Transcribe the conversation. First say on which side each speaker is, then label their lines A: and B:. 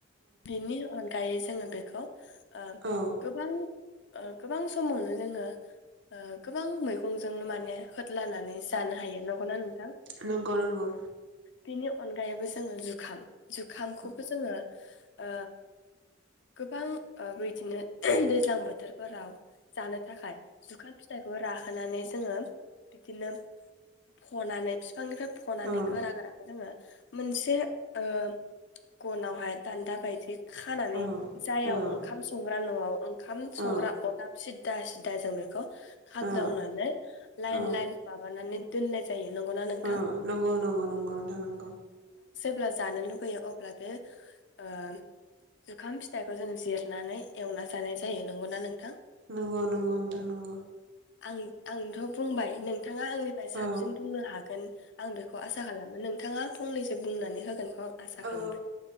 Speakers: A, on the left (about 65°); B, on the right (about 70°).
A: बेनि अनगायै जोङो बेखौ। ओ
B: औ
A: गोबां। ओ गोबां समावनो जोङो ओ गोबां मैगंजोंनो माने होदलानानै जानो हायो, नंगौना नोंथां?
B: नोंगौ नोंगौ।
A: बेनि अनगायैबो जोङो जुखाम। जुखामखौबो
B: औ
A: जोङो ओ गोबां ओ बिदिनो दैज्लां बोथोरफोराव जानो। थाखाय जुखाम फिथाइखौ राहोनानै जोङो बिदिनो फनानै बिफांनिफ्राय फनानै
B: औ
A: गोरा गोराखौ जोङो मोनसे ओ गनावहाय दान्दाब। बायदिब खानानै
B: औ
A: जायाव
B: औ
A: ओंखाम संग्रा न ओंखाम
B: ओ
A: संग्रा अरदाब सिदा सिदा जों बेखौ खागदावनानै।
B: ओ
A: लाइन
B: ओ
A: लाइन माबानानै दोननाय जायो नंगौना नों
B: अ नोंगौ नोंगौ नोंगौ नोंथां नोंगौ।
A: अब्ला जानो लुुबैयो अब्ला बे ओम जुखाम फिथाइखौ जों जिरनानै एवना जानाय जायो नोंगौना नोंथां।
B: नोंगौ नोंगौ
A: औ
B: नोंथां
A: औ
B: नोंगौ।
A: आं आंथ' बुंबाय, नोंथाङा आंनिफ्राय साबसिन
B: औ
A: बुंनो हागोन आं बेखौ आसा खालामो, नोंथाङा फंनैसो बुंनानै होगोनखौ आं आसा
B: औ
A: खालामबाय।